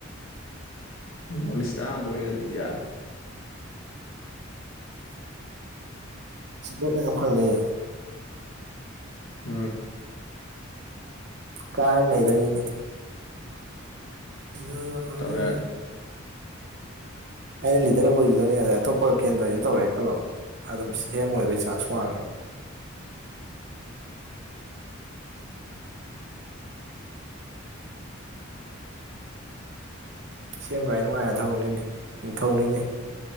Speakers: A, on the left; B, on the right.
A: ꯅꯣꯔꯠ꯭ ꯏꯁꯇꯥ ꯑꯍꯥꯟꯕ ꯑꯣꯏꯅ ꯌꯥꯅꯤ
B: ꯁꯄꯣꯔꯠ ꯃꯌꯥꯝ ꯐꯪꯅꯤ
A: ꯎꯝ
B: ꯀꯥꯔꯗꯤ ꯅꯩꯗꯣꯏꯅꯤꯅꯦ ꯃꯤꯋꯥ ꯋꯥ ꯉꯥꯡꯉꯦ
A: ꯇꯧ ꯌꯥꯔꯗꯤ
B: ꯑꯩꯅ ꯂꯤꯗꯔ ꯑꯣꯏꯒꯤꯗꯣꯏꯅꯦ ꯑꯗ ꯑꯇꯣꯞꯄ ꯀꯦꯟꯗ꯭ꯔꯒꯤꯗ ꯇꯧꯔꯛꯑꯦ ꯈꯜꯂꯣ ꯑꯗꯨꯝ ꯁꯤ ꯑꯦꯝ ꯑꯣꯏꯕꯩ ꯆꯥꯟꯁ ꯋꯥꯡꯉꯦꯕ ꯁꯤꯑꯦꯝꯒꯥꯏꯅ ꯅꯨꯡꯉꯥꯏꯔ ꯊꯕꯛꯅꯤꯅꯦ ꯅꯤꯡꯊꯧꯅꯤꯅꯦ